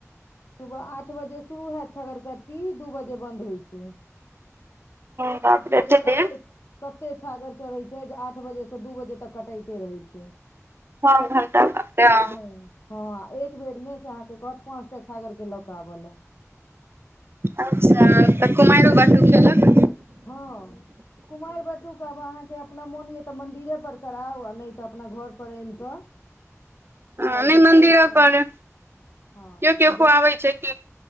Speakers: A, on the left; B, on the right.
A: सुबह आठ बजे शुरू हेत छगरकट्टी दू बजे बन्द होइ छै।
B: बाप
A: आब बुझियौ
B: रे एते
A: जे कते
B: देर
A: कते छागर चढ़ैत छै जे आठ बजेसँ दू बजे तक कटाइते रहै छै।
B: छः घंटा <unintelligible>
A: ह हँं आ एक बेड़ मे से अहाँ के कहत पांचटा छागर के लऽ कऽ आब ले
B: अच्छा तऽ कुमायरो बाटूक खैलक।
A: हँ कुमारि बटूक आब अहाँके अपना मोन यऽ तऽ मंन्दिरे पर कराउ आ नहि तऽ अपना घर पर आनि कऽ कराउ
B: ह नहि
A: जतऽ
B: मन्दिरो
A: इच्छा
B: पर कियो-कियो
A: हँ
B: खुआबई
A: ज
B: छै कियो-